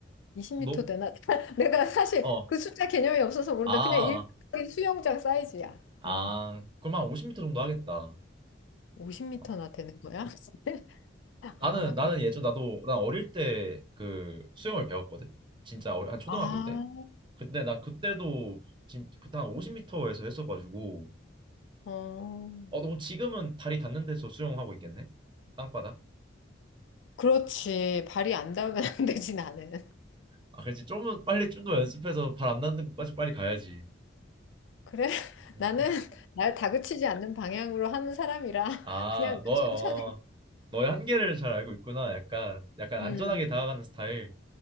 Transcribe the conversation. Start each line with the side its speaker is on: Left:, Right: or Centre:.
Left: 2 0터
Right: 너,
Left: 되나? <laughs> 내가 사실
Right: 어,
Left: 그 숫자 개념이 없어서 모르는데,
Right: 아, 아,
Left: 그냥 일반 수영장 사이즈야.
Right: 아.
Left: 어,
Right: 그럼 한 50미터 정도 하겠다.
Left: 5 0터나
Right: 어.
Left: 되는 거야? <laughs> 아,
Right: 나는 나는
Left: 그렇구나.
Right: 예전 나도 난 어릴 때 그 수영을 배웠거든. 진짜 어- 한 초등학교
Left: 아,
Right: 때. 근데 나 그때도 진 그때 한 50m에서 했어가지고
Left: 어.
Right: 어 너무 지금은 다리 닿는 데서 수영하고 있겠네? 땅바닥?
Left: 그렇지. 발이 안 닿으면 <laughs> 안 되지, 나는.
Right: 아 그렇지 좀 더 빨리 좀 더 연습해서 발 안 닿는 곳까지 빨리 가야지.
Left: 그래? <laughs>
Right: 음.
Left: 나는 날 다그치지 않는 방향으로 하는 사람이라
Right: 아
Left: 그냥
Right: 너요.
Left: 천천히.
Right: 너의 한계를 잘 알고 있구나. 약간 약간 안전하게
Left: 음.
Right: 다가가는 스타일.